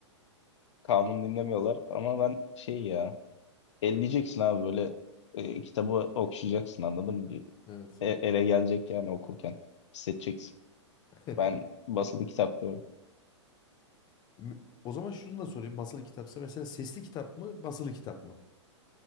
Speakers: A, on the left; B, on the left.
A: Kanun dinlemiyorlar ama ben şey ya elleyeceksin abi böyle e, kitabı okşayacaksın anladın mı? Bir
B: Evet.
A: e- ele gelecek yani okurken hissedeceksin.
B: <laughs>
A: Ben basılı kitap diyorum.
B: Mü- O zaman şunu da sorayım. Basılı kitapsa mesela sesli kitap mı, basılı kitap mı?